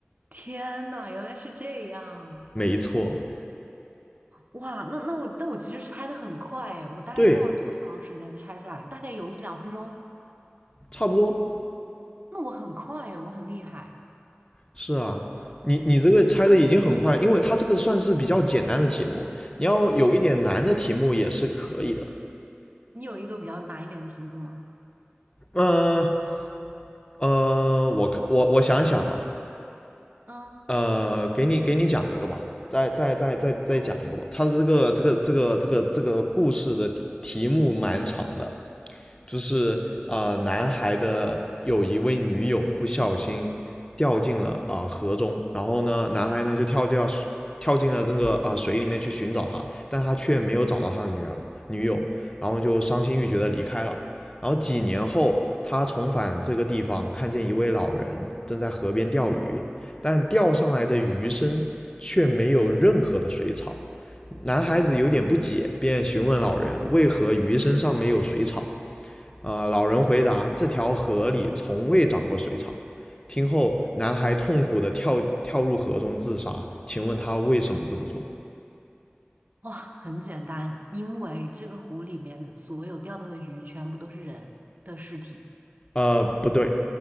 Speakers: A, on the right; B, on the left.
A: 天呐，原来是这样！
B: 没错，
A: 哇，那那我那我其实猜的很快哎，我大概用了多长时间猜出来？
B: 对，
A: 大概有一两分钟。
B: 差不多。
A: 那我很快哎，我很厉害。
B: 是啊，你你这个猜的已经很快，因为它这个算是比较简单的题目，你要有一点难的题目也是可以的。
A: 嗯，你有一个比较难一点的题目吗？
B: 嗯呃，呃我可我我想想啊，
A: 嗯，
B: 呃，给你给你讲一个吧，再再再再再讲一个吧。
A: 好，
B: 它的这个这个这个这个这个故事的题题目蛮长的，就是呃，男孩的有一位女友不小心掉进了啊、呃河中，然后呢，男孩呢就跳掉跳进了这个啊、呃水里面去寻找她，但他却没有找到他的女儿女友，然后就伤心欲绝的离开了。然后几年后，他重返这个地方，看见一位老人正在河边钓鱼，但钓上来的鱼身却没有任何的水草。男孩子有点不解，便询问老人为何鱼身上没有水草。呃，老人回答：“这条河里从未长过水草。”听后，男孩痛苦地跳跳入河中自杀。请问他为什么这么做？
A: 哇，很简单，因为这个湖里面的所有钓到的鱼全部都是人的尸体
B: 呃，不对，